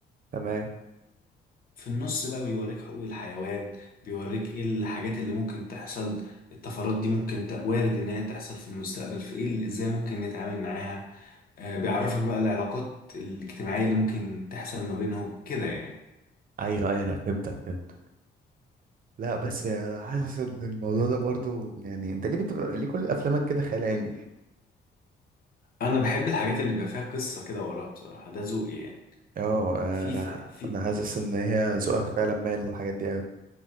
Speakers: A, on the right; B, on the left.
A: تمام
B: في النص بقى بيوريك حقوق الحيوان بيوريك ايه الحاجات اللي ممكن تحصل الطفرات دي ممكن ت- وارد ان هي تحصل في المستقبل في ايه اللي- ازاي ممكن نتعامل معاها آه بيعرفك بقى العلاقات الاجتماعية اللي ممكن تحصل ما بينهم كده يعني
A: ايوه ايوه انا فهمتك فهمتك لا بس انا حاسس ان الموضوع ده برضو يعني انت ليه بتبقى ليه كل افلامك كده خيال علمي
B: انا بحب الحاجات اللي بيبقى فيها قصة كده وراها بصراحة ده ذوقي يعني
A: اه
B: في
A: انا
B: في في
A: انا حاسس ان هي ذوقك فعلا مايل للحاجات دي قوي